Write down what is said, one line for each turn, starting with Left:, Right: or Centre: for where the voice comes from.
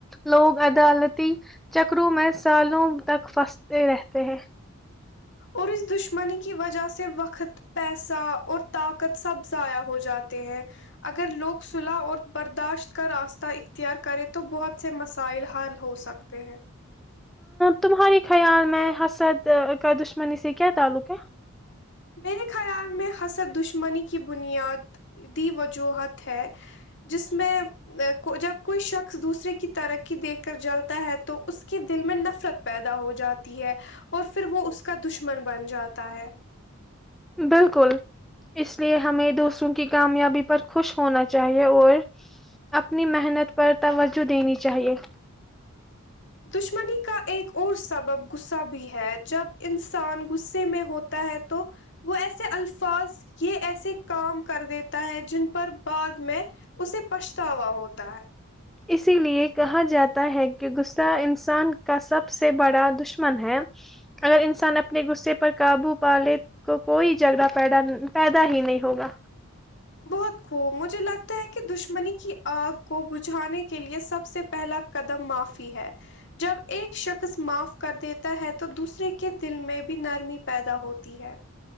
Centre: لوگ عدالتی چکروں میں سالوں تک پھنستے رہتے ہیں
Left: اور اس دشمنی کی وجہ سے وقت پیسہ اور طاقت سب ضائع ہو جاتے ہیں اگر لوگ صلح اور برداشت کا راستہ اختیار کرے تو بہت سے مسائل حل ہو سکتے ہیں
Centre: تمہارے خیال میں حسد کا دشمنی سے کیا تعلق ہے
Left: میرے خیال میں حسد دشمنی کی بنیاد دی وجوہت ہے جس میں جب کوئی شخص دوسرے کی ترقی دیکھ کر جلتا ہے تو اس کے دل میںں نفرت پیدا ہو جاتی ہے اور پھر وہ اس کا دشمن بن جاتا ہے
Centre: بالکل اس لیے ہمیں دوسروں کی کامیابی پر خوش ہونا چاہیے اور اپنی محنت پر توجہ دینی چاہیے
Left: دشمنی کا ایک اور سبب غصہ بھی ہے جب انسان غصے میں ہوتا ہے تو وہ ایسے ال فاظ یہ ایسے کام کر دیتا ہے جن پر بعد میں اسے پچھتاوا ہوتا ہے
Centre: اسی لیے کہا جاتا ہے کہ غصہ انسان کا سب سے بڑا دشمن ہے اگر انسان اپنے غصے پر قابو پ لے کو کوئی جھگڑا پیدا ہی نہیں ہوگا
Left: بہت خوب مجھے لگتا ہے کہ دشمنی کی آگ کو بجھانے کے لیے سب سے پہلا قدم معافی ہے جب ایک شخص معاف کر دیتا ہے تو دوسرے کے دل میں بھی نرمی پیدا ہوتی ہے